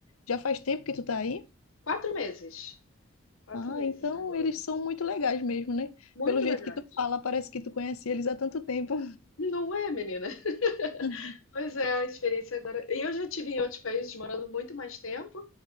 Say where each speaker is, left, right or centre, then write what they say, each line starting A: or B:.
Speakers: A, on the left (about 85°); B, on the left (about 70°).
A: Já faz tempo que tu tá aí?
B: Quatro meses. Quatro
A: Ah,
B: meses
A: então
B: agora.
A: eles são muito legais mesmo, né?
B: Muito
A: Pelo jeito
B: legais.
A: que tu fala, parece que tu conhece eles há tanto tempo.
B: Não é, menina? <laughs>
A: <laughs>
B: Pois é, a experiência agora. E eu já tive em outros países morando muito mais tempo